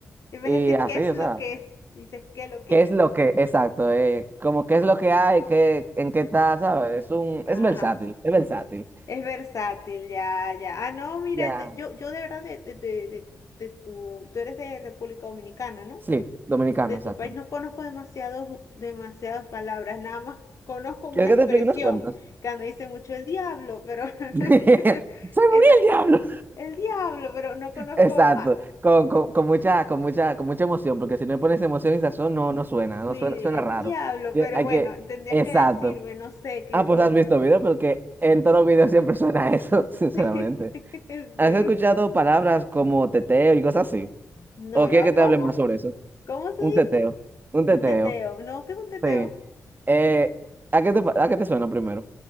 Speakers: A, on the left; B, on the right.
A: en vez
B: Y
A: de decir
B: así,
A: qué es
B: o
A: lo
B: sea.
A: que es, dices qué lo que.
B: ¿Qué es lo que, exacto, eh, como qué es lo que hay, qué, en qué está, ¿sabes? Es un,
A: Ajá,
B: es versátil, es versátil.
A: es versátil, ya, ya. Ah, no, mira,
B: Ya.
A: de- yo, yo de verdad, de, de, de, de, de tu, tú eres de República Dominicana, ¿no?
B: Sí, dominicano,
A: de
B: exacto.
A: tu país no conozco demasiados, demasiadas palabras, nada más conozco una
B: ¿Quieres
A: expresión
B: que te explique unas cuantas?
A: que me dice mucho el diablo, pero <laughs>
B: <laughs> ¡Se murió
A: esa,
B: el diablo!
A: el diablo, pero no
B: <laughs>
A: conozco
B: Exacto,
A: más.
B: con, con, con mucha, con mucha, con mucha emoción, porque si no le pones emoción y sazón, no, no suena, no
A: Sí,
B: suena,
A: el
B: suena raro.
A: diablo,
B: Tie-
A: pero
B: Hay
A: bueno,
B: que,
A: tendrías
B: exacto.
A: que decirme, no sé, que,
B: Ah, pues
A: que...
B: has visto video, porque en todos los videos siempre suena eso, <laughs> sinceramente.
A: <laughs>
B: ¿Has escuchado
A: sí.
B: palabras como teteo y cosas así?
A: No,
B: ¿O
A: ya
B: quieres
A: va,
B: que
A: ¿cómo?
B: te hable más sobre eso?
A: ¿Cómo se
B: Un
A: dice?
B: teteo, un
A: Un
B: teteo,
A: teteo, no, ¿qué es un teteo?
B: sí. Eh, ¿a qué te, pa- a qué te suena primero?